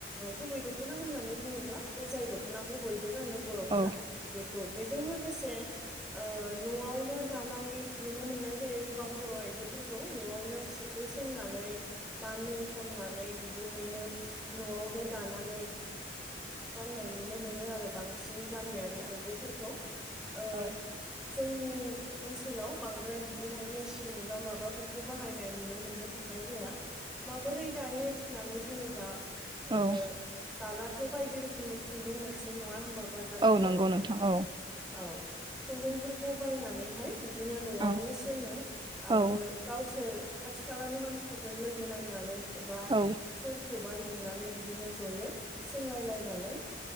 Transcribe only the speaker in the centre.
गुबै दख'ना होननानै बुङोब्ला बे जाय दख'नाखौ बयबो गानो बर'फोरा
बेखौ बेजों लोगो ओ न'आवनो दानाय नुनो मोननाय जायो गोबां बर' आइजोफोरखौ न'आवनो सिखौ सोंनानै बा नो खन नानै बिदिहायनो न'आवनो दानानै गाननाय नुनो मोनो आरो बांसिन गामियारि आइजोफोरखौ ओ
जोंनि ओनसोलाव बांद्राय बिदिहाय मेसिन बा माबाफोरखौ बाहायनाय नुनो मोननो थांनाय जाया माबोरै दायो होननानै बुङोबा ओ
दानाथ' बायदि रोखोमनि खुन्दुं मोनसै नङा होमबा बाजारफोराव
नोंथां
औ खुन्दुंफोरखौ बायनानैहाय बिदिनो न'आवनो
सोङो आरो
गावसोर खाथि खालानि मानसिफोरजों लोगो नांनानै एबा
सोर खौबा लिंनानै बिदिनो जयै सोंलायलायनानै